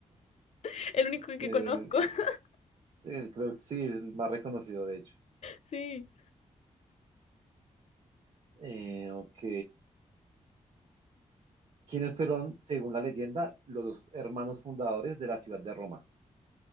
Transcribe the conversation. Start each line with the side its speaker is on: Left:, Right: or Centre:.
Left: <laughs> El único que
Right: Eh,
Left: conozco. <laughs>
Right: eh, creo que sí, el más reconocido, de hecho.
Left: Sí.
Right: Eh, ok. ¿Quiénes fueron, según la leyenda, los dos hermanos fundadores de la ciudad de Roma?